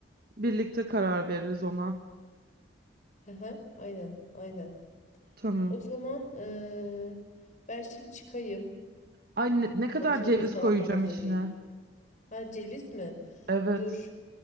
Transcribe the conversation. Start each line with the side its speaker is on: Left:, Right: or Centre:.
Right: birlikte karar veririz ona.
Left: Hı hı, Aynen, aynen.
Right: Tamam.
Left: O zaman ee, ben şimdi çıkayım.
Right: Ay ne, ne kadar
Left: Makinamı
Right: ceviz
Left: falan
Right: koyacağım
Left: da hazırlayayım.
Right: içine?
Left: Ha ceviz mi?
Right: Evet.
Left: Dur.